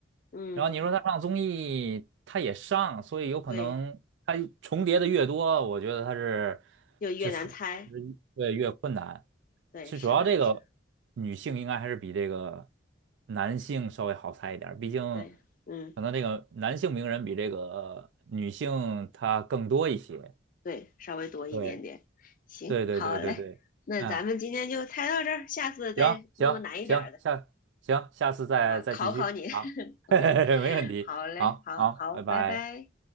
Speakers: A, on the left; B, on the right.
A: 嗯，
B: 然后你说他上综艺，他也上，所以有可能他重叠的越多，
A: 对，
B: 我觉得他是
A: 就越难猜，
B: 就他对越困难。
A: 对，
B: 其实主要这个
A: 是的，是，
B: 女性应该还是比这个男性稍微好猜一点儿毕竟
A: 对，嗯。
B: 可能这个男性名人比这个女性她更多一些。
A: 对，稍微多一点点。
B: 对
A: 行，
B: 对对对对对，
A: 好嘞，那咱们今天就猜到这儿，
B: 嗯。
A: 下次再弄个难一点儿的，
B: 行行行，下行下次再再继续，
A: 好吧？考考你。<laughs>
B: 好，<laughs>
A: OK，
B: 没问题，
A: 好嘞，
B: 好好，
A: 好好，
B: 拜拜。
A: 拜拜。